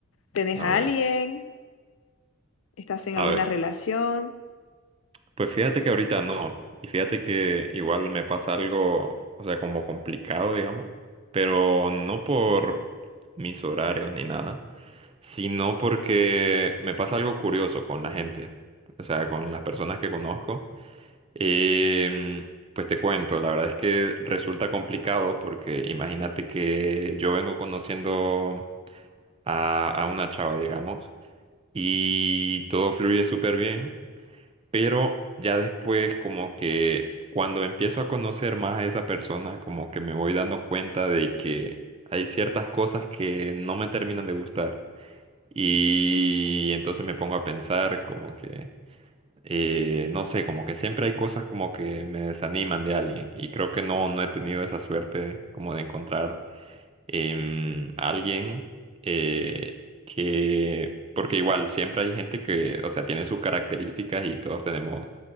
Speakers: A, on the left; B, on the right.
A: ¿tenés
B: a
A: a
B: ver.
A: alguien? ¿Estás en
B: A
A: alguna
B: ver.
A: relación?
B: Pues fíjate que ahorita no, y fíjate que igual me pasa algo, o sea, como complicado, digamos, pero no por mis horarios ni nada, sino porque me pasa algo curioso con la gente, o sea, con las personas que conozco. Em, pues te cuento, la verdad es que resulta complicado porque imagínate que yo vengo conociendo a, a una chava, digamos, y todo fluye súper bien pero ya después como que cuando empiezo a conocer más a esa persona, como que me voy dando cuenta de que hay ciertas cosas que no me terminan de gustar. Y entonces me pongo a pensar como que, eh, no sé, como que siempre hay cosas como que me desaniman de alguien. Y creo que no, no he tenido esa suerte como de encontrar em, alguien eh, que, porque igual siempre hay gente que, o sea, tiene sus características y todos tenemos